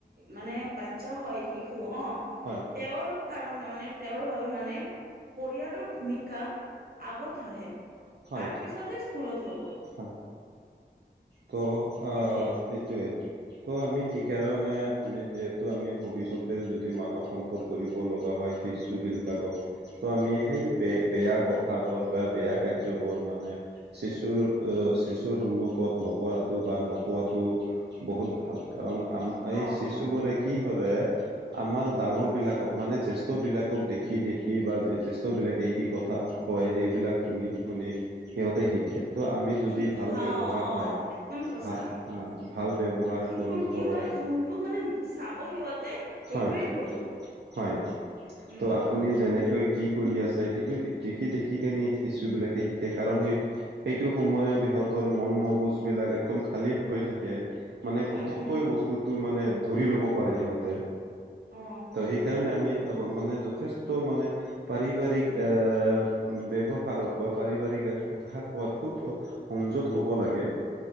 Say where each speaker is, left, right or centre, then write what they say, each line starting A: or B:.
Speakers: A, on the right; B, on the right.
A: মানে বাচ্ছা হয় শিশু অ',
B: হয়
A: তেওঁৰ কাৰণ, মানে তেওঁৰ বাবে, মানে পৰিয়ালৰ ভূমিকা আগত হাঁহে,
B: হয়
A: তাৰপিছতহে স্কুলত হ'ব।
B: হয় ত' অ',
A: এইটোৱে
B: সেইটোৱে। ত' আমি সেইকাৰণে, আমি যিহেতু আমি ভৱিষ্যতে যদি মানৱ সম্পদ গঢ়িব লগা হয় শিশু বিলাকক। ত' আমি সেই, বেয়া কথাবোৰ বা বেয়া কাৰ্যবোৰ মানে শিশুৰ, অহ, শিশুৰ সন্মুখত নকৰাটো বা নকোৱটো বহুত ভাল, কাৰণ আম, এই,
A: অ',
B: শিশুবোৰ
A: অ',
B: কি কৰে আমাৰ ডাঙৰ বিলাকক, মানে জ্যেষ্ঠ বিলাক, দেখি দেখি বা জ্যেষ্ঠ বিলাকে কি ক কথা কয়, সেইবিলাক শুনি শুনি সিহঁতে শিকে, ত' আমি যদি
A: শিক
B: ভাল
A: অ',
B: ব্যৱহাৰ
A: অ',
B: হয়
A: একদম সচাঁ,
B: ভা আ ভাল ব্যৱহাৰ
A: শিশুৰ
B: কৰো
A: কি
B: ঘৰত
A: হয়, যোনটো মানে চাব সিহঁতে সেইটোৱে
B: হয়
A: কৰিব।
B: হয়,
A: উম
B: ত' আপুনি যেনেকৈ কি কৰি আছে, সেইটো দেখি দেখি কিনে শিশু বিলাকে শিকে, কাৰণ সেই এইটো সময়ত সিহঁতৰ মন ম গজবিলাক একদম খালি হৈ থাকে। মানে পটককৈ
A: উম উম
B: বস্তুত টো মানে ধৰি ল'ব পাৰে সিহঁতে।
A: অ
B: ত' সেইকাৰণে আমি <unintelligible> মানে যথেষ্ট মানে পাৰিবাৰিক আ' ব্যৱহাৰত বা পাৰিবাৰিক <unintelligible> খুব সংযত হ'ব লাগে।